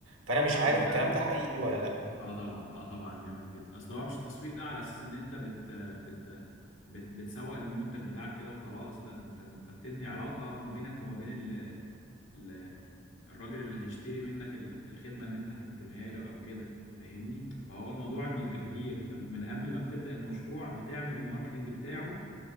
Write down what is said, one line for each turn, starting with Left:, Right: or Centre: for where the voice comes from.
Right: فانا مش عارف
Left: جامد
Right: الكلام
Left: قوي
Right: ده حقيقي ولا لا
Left: اه طبعا اه طبعا جامد جدا اصل هو مش التسويق ده على اساس ان انت بت بت, بت بتسوق المنتج بتاعك كده وخلاص لا ده انت انت بتبني علاقة ما بينك وما بين ال... ال... الراجل اللي هيشتري منك ال... الخدمة اللي انت هتقدمها له او كده فاهمني فهو الموضوع بيبقى كبير انت من قبل ما بتبدأ المشروع بتعمل الماركتينج بتاعه